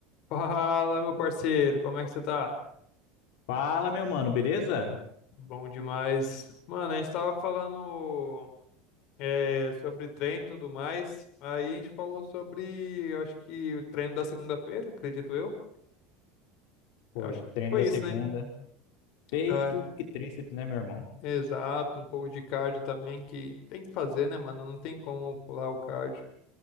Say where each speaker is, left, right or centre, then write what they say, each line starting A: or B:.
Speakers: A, on the left; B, on the left.
A: Fala, meu parceiro, como é que você tá?
B: Fala, meu mano, beleza?
A: Bom demais. Mano, a gente tava falando é, sobre treino e tudo mais. Aí a gente falou sobre, eu acho que o treino da segunda-feira, acredito eu.
B: Foi.
A: Eu acho que
B: Treino
A: foi
B: da
A: isso,
B: segunda.
A: né?
B: Peito
A: Ah,
B: e tríceps, né, meu irmão?
A: exato, um pouco de cardio também que tem que fazer, né, mano? Não tem como pular o cardio.